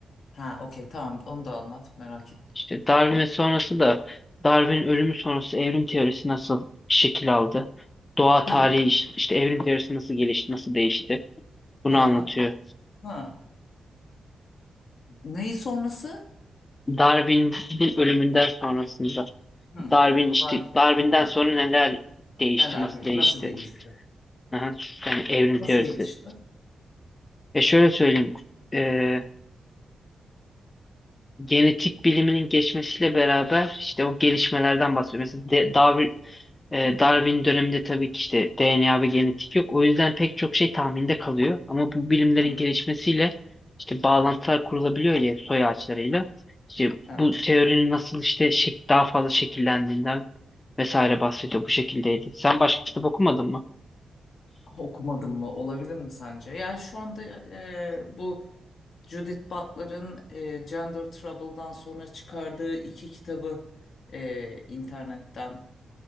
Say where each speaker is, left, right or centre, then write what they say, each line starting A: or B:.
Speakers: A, on the left; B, on the left.
A: Ha okey tamam onu da anlat. Merak ettim.
B: İşte
A: Şimdi.
B: Darwin ve sonrası da Darwin'in ölümü sonrası evrim teorisi nasıl şekil aldı? Doğa tarihi
A: Hı.
B: iş- işte evrim teorisi nasıl gelişti, nasıl değişti? Bunu
A: Ha.
B: anlatıyor.
A: Ha. Neyi sonrası?
B: Darwin'in ölümünden sonrasında
A: Hı.
B: Darwin işte
A: Var.
B: Darwin'den
A: Hı.
B: sonra neler değişti,
A: Neler
B: nasıl
A: gel-
B: değişti?
A: nasıl gelişti?
B: Aha, yani evrim
A: Nasıl
B: teorisi.
A: gelişti?
B: E şöyle söyleyeyim. e, genetik biliminin geçmesiyle beraber işte o gelişmelerden bahsediyor. Mesela De- Darwin, E, Darwin döneminde tabii ki işte DNA ve genetik yok. O yüzden pek çok şey tahminde kalıyor. Ama bu bilimlerin
A: Hı.
B: gelişmesiyle işte bağlantılar kurulabiliyor ya soy ağaçlarıyla. İşte
A: Evet.
B: bu teorinin nasıl işte şek daha fazla şekillendiğinden vesaire bahsediyor. Bu şekildeydi. Sen başka kitap okumadın mı?
A: Okumadım mı? Olabilir mi sence? Yani şu anda e, bu Judith Butler'ın e, Gender Trouble'dan sonra çıkardığı iki kitabı e, internetten